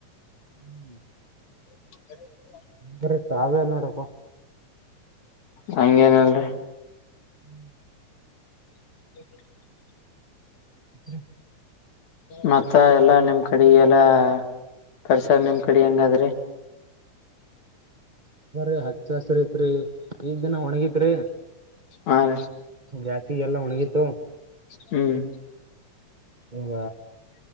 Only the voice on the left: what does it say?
ಹ
ಹಂಗೇನಲ್ರಿ
ಹ
ಮತ್ತ ಎಲ್ಲಾ ನಿಮ್ ಕಡೆ ಎಲ್ಲಾ ಪರ್ರಿಸರ ನಿಮ್ ಕಡೆ ಹೆಂಗಾದ್ರೆ
ಹಾ ರೀ
ಹ್ಮ್